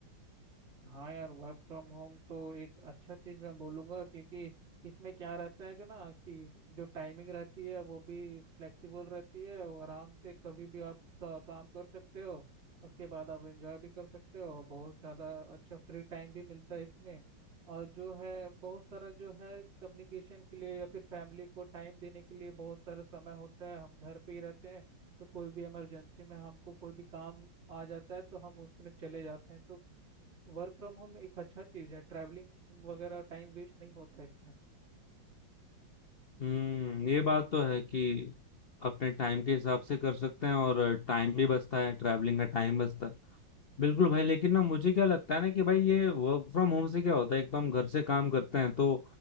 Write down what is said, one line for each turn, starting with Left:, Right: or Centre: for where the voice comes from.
Right: हाँ यार वर्क फ्रॉम होम तो एक अच्छा चीज मैं बोलूंगा क्योंकि इसमें क्या रहता है कि ना कि जो टाइमिंग रहती है वो भी फ्लेक्सिबल रहती है और आराम से कभी भी आप का, काम कर सकते हो उसके बाद आप एंजॉय भी कर सकते हो बहुत ज़्यादा अच्छा फ्री टाइम भी मिलता है इसमें और जो है बहुत सारा जो है कम्युनिकेशन के लिए या फिर फैमिली को टाइम देने के लिए बहुत सारा समय होता है हम घर पे ही रहते हैं तो कोई भी इमरजेंसी में हमको कोई भी काम आ जाता है तो हम उसमें चले जाते हैं तो वर्क फ्रॉम होम एक अच्छा चीज़ है ट्रैवलिंग वगैरह टाइम वेस्ट नहीं होता है इसमें
Left: हम्म ये बात तो है कि अपने टाइम के हिसाब से कर सकते हैं और टाइम भी बचता है ट्रैवलिंग का टाइम बचता है बिल्कुल भाई लेकिन ना मुझे क्या लगता है ना कि भाई ये वर्क फ्रॉम होम से क्या होता है एक तो हम घर से काम करते हैं तो